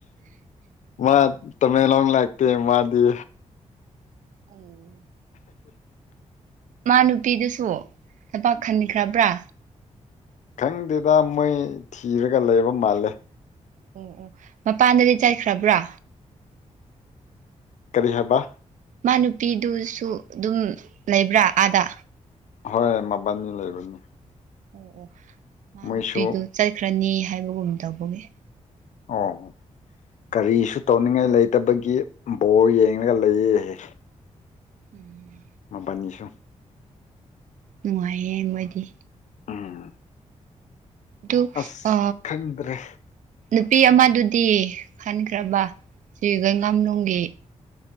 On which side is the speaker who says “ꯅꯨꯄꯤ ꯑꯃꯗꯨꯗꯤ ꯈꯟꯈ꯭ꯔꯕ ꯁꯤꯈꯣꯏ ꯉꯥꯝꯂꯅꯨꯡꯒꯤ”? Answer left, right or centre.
Right